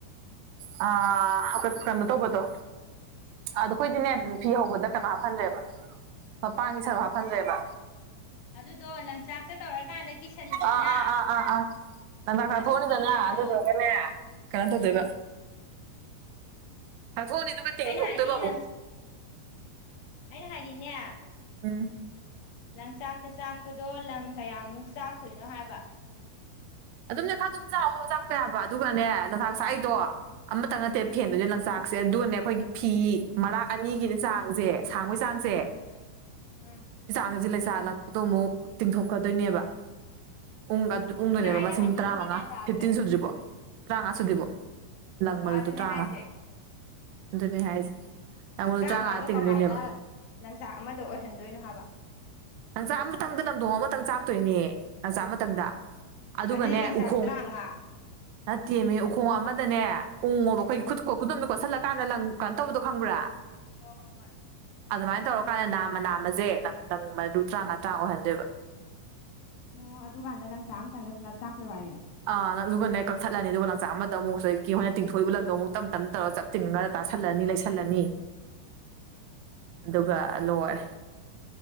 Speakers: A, on the right (about 80°); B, on the left (about 75°).
A: ꯑꯥ ꯍꯥꯞꯀꯠ ꯀꯩꯅꯣ ꯇꯧꯕꯗꯣ ꯑꯗꯣ ꯑꯩꯈꯣꯏꯗꯤꯅꯦ ꯐꯤ ꯍꯧꯕꯗ ꯀꯩꯅꯣ ꯍꯥꯞꯐꯟꯗ꯭ꯔꯦꯕ ꯃꯄꯥꯟꯒꯤ ꯁꯔꯨꯛ ꯍꯥꯞꯐꯟꯗ꯭ꯔꯦꯕ
B: ꯑꯗꯨꯗꯣ ꯂꯪꯆꯥꯛꯇ ꯇꯧꯔꯀꯥꯟꯗ ꯀꯤꯁꯜꯂꯤꯗꯅ
A: ꯑꯥ ꯑꯥ ꯑꯥ ꯑꯥ ꯑꯥ ꯂꯪꯇꯥꯛ ꯇꯥꯛꯊꯣꯛꯑꯅꯤꯗꯅ
B: ꯑꯗꯨ ꯀꯤꯕꯗꯣ
A: ꯑꯗꯨꯗꯨꯒꯅꯦ ꯀꯩꯅꯣ ꯇꯧꯗꯣꯏꯕ
B: ꯎꯝ
A: ꯊꯣꯛꯑꯅꯤ ꯑꯗꯨꯒ ꯇꯤꯡꯊꯣꯛꯇꯣꯏꯕ
B: ꯑꯩꯅ ꯍꯥꯏꯗꯤ
A: ꯑꯃꯨꯛ
B: ꯂꯪꯆꯥꯛ ꯑꯩꯅ ꯍꯥꯏꯗꯤꯅꯦ
A: ꯎꯝ
B: ꯂꯪꯆꯥꯛꯇ ꯆꯥꯛꯄꯗꯣ ꯂꯪ ꯀꯌꯥꯃꯨꯛ ꯆꯥꯛꯇꯣꯏꯅꯣ ꯍꯥꯏꯕ
A: ꯑꯗꯨꯝꯅꯦ ꯈꯔ ꯑꯗꯨꯝ ꯆꯥꯛꯑꯣ ꯆꯥꯛꯄ ꯌꯥꯕ ꯑꯗꯨꯒꯅꯦ ꯂꯪꯆꯥꯛ ꯆꯥꯛꯏꯗꯣ ꯑꯃꯇꯪ ꯅꯠꯇꯦ ꯐꯦꯟꯗꯨꯏꯁꯦ ꯂꯪꯆꯥꯛꯁꯦ ꯑꯗꯨꯒꯅꯦ ꯑꯩꯈꯣꯏꯒꯤ ꯐꯤ ꯃꯔꯥꯛ ꯑꯅꯤꯒꯤꯅꯦ ꯆꯥꯡꯁꯦ ꯁꯥꯡꯕꯒꯤ ꯆꯥꯡꯁꯦ
B: ꯎꯝ ꯎꯝ
A: <unintelligible> ꯑꯃꯨꯛ ꯇꯤꯡꯊꯣꯛꯈ꯭ꯔꯗꯣꯏꯅꯦꯕ ꯎꯪꯒ ꯎꯨꯟꯗꯣꯏꯅꯦꯕ
B: ꯅꯪ ꯑꯩꯅ
A: ꯃꯁꯤꯡ
B: ꯍꯥꯏꯅꯤꯡꯉꯤꯁꯦ
A: ꯇꯔꯥꯃꯉꯥ
B: ꯒ꯭ꯌꯥꯟ ꯇꯥꯗ꯭ꯔꯦ
A: ꯐꯤꯐꯇꯤꯟ ꯁꯨꯗ꯭ꯔꯤꯕꯧ ꯇ꯭ꯔꯥꯉꯥ ꯁꯨꯗ꯭ꯔꯤꯕꯧ ꯂꯪ
B: ꯑꯣ
A: ꯃꯔꯨꯗꯨ
B: ꯑꯗꯨꯅꯦ
A: ꯇ꯭ꯔꯥꯉꯥ
B: ꯍꯥꯏꯁꯦ
A: ꯑꯗꯨꯅꯦ ꯍꯥꯏꯁꯦ
B: ꯇ꯭ꯔꯥꯉꯥꯗꯣ
A: ꯇꯔꯥꯃꯉꯥ ꯇꯤꯡꯗꯣꯏꯅꯦꯕ
B: ꯀꯃꯥꯏꯅ ꯂꯟꯆꯥꯛ ꯑꯃꯗ ꯑꯣꯏꯍꯟꯗꯣꯏꯅꯣ ꯍꯥꯏꯕ
A: ꯂꯪꯆꯥꯛ ꯑꯃꯇꯪꯗ ꯂꯝꯗꯣꯡ ꯑꯃꯇꯪ ꯆꯥꯛꯇꯣꯏꯅꯦ ꯂꯪꯆꯥꯛ ꯑꯃꯇꯪꯗ ꯑꯗꯨꯒꯅꯦ
B: ꯑꯗꯨꯗꯤ ꯂꯪꯆꯥꯛ
A: ꯎꯈꯣꯡ
B: ꯇꯔꯥꯃꯉꯥ
A: ꯅꯠꯇꯦꯝꯃꯤ ꯎꯈꯣꯡ ꯑꯃꯗꯅꯦ ꯎꯡꯉꯣꯕ ꯑꯩꯈꯣꯏ
B: ꯎꯝ
A: ꯈꯨꯠ ꯀꯣ ꯈꯨꯗꯨꯝꯅ ꯀꯣꯠꯁꯤꯜꯂꯀꯥꯟꯗ ꯂꯪ ꯀꯩꯅꯣ ꯇꯧꯕꯗꯣ ꯈꯪꯕ꯭ꯔꯥ
B: ꯍꯣ ꯍꯣ ꯍꯣꯏ
A: ꯑꯗꯨꯃꯥꯏꯅ ꯇꯧꯔꯀꯥꯟꯗ ꯅꯥꯃ ꯅꯥꯝꯃꯁꯦ ꯂꯪꯗꯡ ꯃꯔꯨ ꯇ꯭ꯔꯥꯉ ꯇ꯭ꯔꯥꯉ ꯑꯣꯏꯍꯟꯗꯣꯏꯕ
B: ꯑꯣ ꯑꯗꯨ ꯀꯥꯟꯗ ꯂꯪꯆꯥꯛ ꯑꯝꯇꯪꯗ ꯄꯨꯂꯞ ꯆꯥꯛꯄꯩ ꯋꯥꯔꯤꯔꯣ
A: ꯑꯥ ꯑꯗꯨꯒꯅꯦ ꯀꯛꯊꯠꯂꯅꯤ ꯑꯗꯨꯒ ꯂꯪꯆꯥꯛ ꯑꯃꯗ ꯑꯃꯨꯛ ꯍꯧꯖꯤꯛꯀꯤ ꯑꯩꯈꯣꯏꯅ ꯇꯤꯡꯊꯣꯛꯏꯕ ꯂꯪꯗꯣ ꯑꯃꯨꯛ ꯇꯞ ꯇꯞꯅ ꯇꯧꯔ ꯆꯞ ꯇꯤꯡꯉꯒ ꯇꯥꯁꯜꯂꯅꯤ ꯂꯩꯁꯜꯂꯅꯤ ꯑꯗꯨꯒ ꯂꯣꯏꯔꯦ